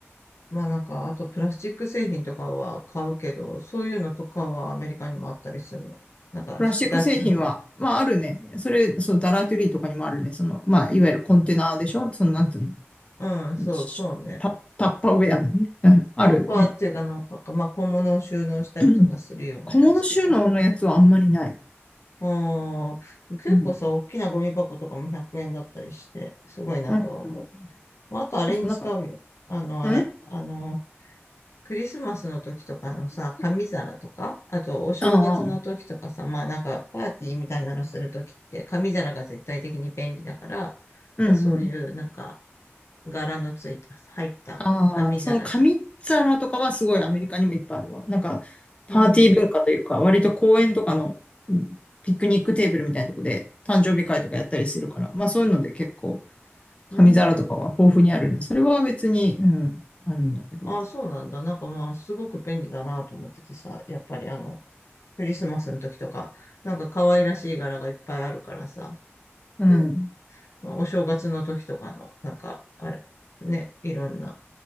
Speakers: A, on the left (about 75°); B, on the left (about 25°).
A: まあなんか、あとプラスチック製品とかは買うけど、そういうのとかはアメリカにもあったりするの。なんか、
B: プラスチック製品は、
A: 引き出しみたい
B: まああるね。それ、そう、ダラートゥリーとかにもあるね。その、まあ、いわゆるコンテナでしょその、なんていう
A: な。うん、そうそうね。
B: のしタ、タッパーウェアでね。うん、あるね。
A: タッパーっていうかなんか、まあ小物を収納したりとかするようなやつとか。
B: うん小物収納のやつはあんまりない。
A: うん、結構さ、
B: うん。
A: 大きなゴミ箱とかも100円だったりして、すごいなとは思う。
B: うん、うん。そ
A: まあ、あとあれに使うよ。
B: うそう、なんか、
A: あの、
B: うん
A: あれ。あの、クリスマスの時とかのさ、紙皿とか、あとお正月の時とかさ、
B: ああ、うん、
A: まあなんかパーティーみたいなのする時って紙皿が絶対的に便利だから、
B: うん、
A: まあそういうなんか
B: うん。
A: 柄のついた、入った紙皿とか。
B: ああ、その紙皿とかはすごいアメリカにもいっぱいあるわ。なんか、パーティー文化というか、
A: うん。
B: 割と公園とかの、うんピクニックテーブルみたいなとこで誕生日会とかやったりしてるから、まあそういうので結構
A: うーん。
B: 紙皿とかは豊富にあるね。それは別に、うん、あるんだけど。
A: ああ、そうなんだ。なんかまあすごく便利だなと思っててさ、やっぱりあの、クリスマスの時とか、なんか可愛らしい柄がいっぱいあるからさ、
B: うん、
A: ね、まあ、お正月の時とかの、なんか、あれ、ね、いろんな